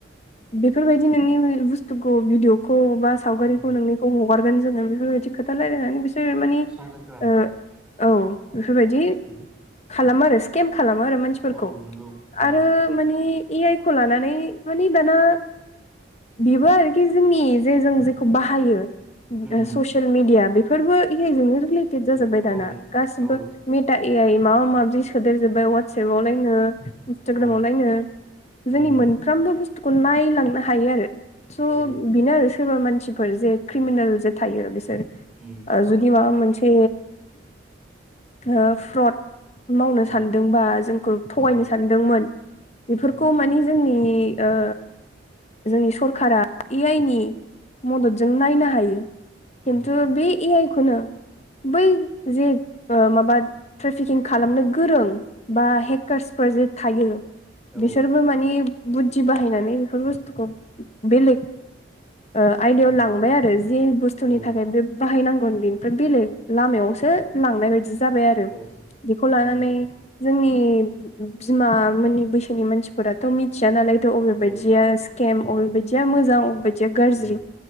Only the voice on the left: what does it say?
बेफोरबायदि नोंनि बुस्थुखौ भिदिअ'खौ बा सावगारिखौ
नोंनिखौ हगारगोन जोङो बेफोरबायदि खोथा रायलायनानै बिसोर मानि
ओ औ बेफोरबायदि
खालामो आरो स्केम खालामो आरो मानसि फोरखौ
आरो माने ए आइ खौ लानानै माने दाना बेबो आरोखि जोंनि जे जों जेखौ बाहायो
ससियेल मिडिया बेफोरबो ए आइजोंनो रिलेटेद जाजोबबाय दाना
गासिबो।
मिटा ए आइ माबा माबि सोदेर जोब्बाय वा सेपावलायनो
इन्सटाग्रामावलायनो
जोंनि
मोन सानफ्रामबो बुस्थुखौ नायलांनो हायो आरो। स'
बेनो आरो सोरबा मानसिफोर जे क्रिमिनेल
जे थायो आरो बिसोर
जु बि माबा मोनसे ओ फ्रड मावनो सानदों
बा जोंखौ थगायनो
सानदोंमोन बेफोरखौ
मानि जोंनि ओ जोंनि सरखारा ए आइ नि मददजों नायनो हायो।
खिन्थु बे ए आइ खौनो बै जे माबा ट्रेफिकिं खालामनो गोरों बा हेकार्सफोर जे थायो
बिसोरबो मानि बुद्धि बाहायनानै बेफोर बुस्थुखौ बेलेग आयदायाव
लांबाय आरो जि बुस्थुनि
थाखाय बे बाहायनांगोन बेनिफ्राय बेलेग लामायावसो लांनाय बायदि जाबाय आरो
बेखौ लानानै
जोंनि बिमा मोननि बैसोनि मानसि फोरथ' मिथिया नालायथ' बबेबायदिया
स्केम बबेबायदिया मोजां अबेबायदि गाज्रि